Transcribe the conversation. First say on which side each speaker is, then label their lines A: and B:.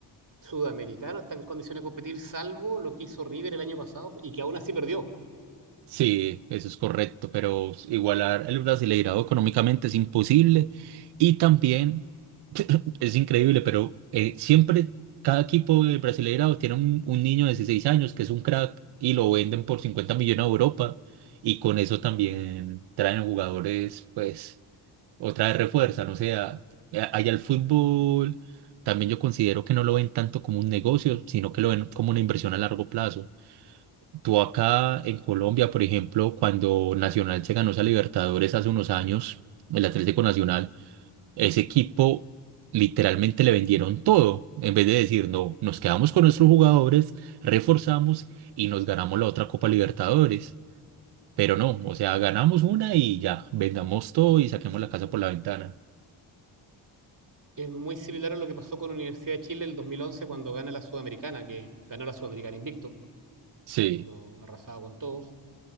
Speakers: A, on the right; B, on the right.
A: sudamericano está en condiciones de competir, salvo lo que hizo River el año pasado y que aún así perdió.
B: Sí, eso es correcto, pero igualar el brasileirado económicamente es imposible y también <laughs> es increíble, pero eh, siempre cada equipo del brasileirado tiene un, un niño de 16 años que es un crack y lo venden por 50 millones a Europa y con eso también traen jugadores, pues, otra vez refuerzan, o sea, a- allá el fútbol. También yo considero que no lo ven tanto como un negocio, sino que lo ven como una inversión a largo plazo. Tú acá en Colombia, por ejemplo, cuando Nacional se ganó esa Libertadores hace unos años, el Atlético Nacional, ese equipo literalmente le vendieron todo. En vez de decir, no, nos quedamos con nuestros jugadores, reforzamos y nos ganamos la otra Copa Libertadores. Pero no, o sea, ganamos una y ya, vendamos todo y saquemos la casa por la ventana.
A: Es muy similar a lo que pasó con Universidad de Chile el 2011 cuando gana la Sudamericana, que ganó la Sudamericana invicto,
B: Sí,
A: habiendo arrasado con todos.